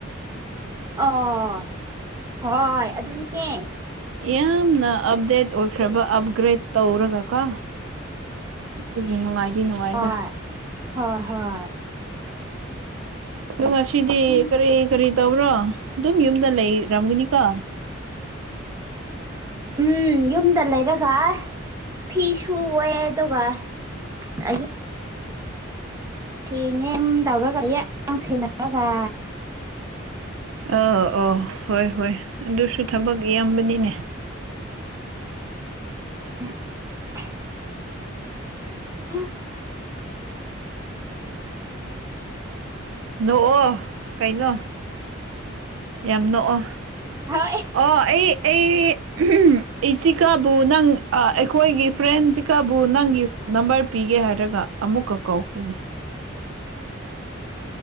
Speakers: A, on the right (about 15°); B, on the right (about 75°).
A: ꯑꯣ ꯍꯣꯏ ꯑꯗꯨꯅꯦ
B: ꯌꯥꯝꯅ ꯑꯞꯗꯦꯠ ꯑꯣꯏꯈ꯭ꯔꯕ ꯑꯞꯒ꯭ꯔꯦꯗ ꯇꯧꯔꯒ ꯀꯣ ꯑꯗꯨꯒꯤ ꯅꯨꯡꯉꯥꯏꯗꯤ ꯅꯨꯡꯉꯥꯏꯗ
A: ꯍꯣꯏ ꯍꯣꯏ ꯍꯣꯏ
B: ꯑꯣ ꯉꯁꯤꯗꯤ
A: ꯎꯝ
B: ꯀꯔꯤ ꯀꯔꯤ ꯇꯧꯕ꯭ꯔꯣ ꯑꯗꯨꯝ ꯌꯨꯝꯗ ꯂꯩ ꯔꯝꯒꯤꯅꯤꯀꯣ
A: ꯎꯝ ꯌꯨꯝꯗ ꯂꯩꯔꯒ ꯐꯤꯁꯨ ꯍꯣꯢꯌꯦ ꯑꯗꯨꯒ ꯑꯩ ꯊꯦꯡꯉꯦꯝ ꯇꯧꯔꯒ ꯌꯦꯡ <unintelligible> ꯁꯦꯟꯅꯔꯒ
B: ꯑ ꯑ ꯍꯣꯏ ꯍꯣꯏ ꯑꯗꯨꯁꯨ ꯊꯕꯛ ꯌꯥꯝꯕꯅꯤꯅꯦ
A: <inaudible> <unintelligible>
B: ꯅꯣꯛꯑꯣ ꯀꯩꯅꯣ ꯌꯥꯝ ꯅꯣꯛꯑꯣ
A: ꯍꯣꯏ
B: ꯑꯣ ꯑꯩ ꯑꯩ ꯏꯆꯤꯀꯥꯕꯨ ꯅꯪ ꯑ ꯑꯩꯈꯣꯏꯒꯤ ꯐ꯭ꯔꯦꯟ ꯖꯤꯀꯥꯕꯨ ꯅꯪꯒꯤ ꯅꯝꯕꯔ ꯄꯤꯒꯦ ꯍꯥꯏꯔꯒ ꯑꯃꯨꯛꯀ ꯀꯧꯈ꯭ꯔꯦꯅꯤ
A: <inaudible>